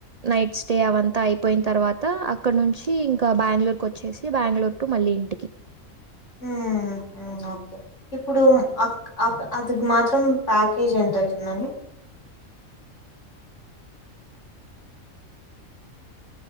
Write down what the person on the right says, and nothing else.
నైట్ స్టే అవంతా అయిపోయిన తర్వాత అక్కడ నుంచి ఇంకా బెంగళూరుకి వచ్చేసి బెంగళూరు టు మళ్ళీ ఇంటికి